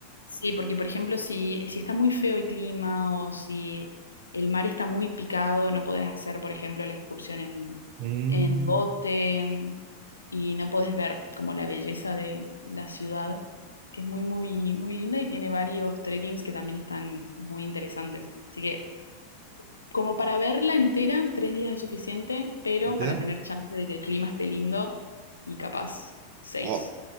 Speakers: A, on the left; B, on the right.
A: sí, porque por ejemplo, si, si está muy feo el clima o si el mar está muy picado, no podés hacer, por ejemplo, la excursión en,
B: Mm,
A: en bote y no podés ver como la belleza de la ciudad, que es muy, muy, muy linda y tiene varios trekkings que también están muy interesantes. Así que como para verla entera, tres días es suficiente, pero
B: ¿ya?
A: para tener chance de que el clima esté lindo y capaz, seis.
B: Oh,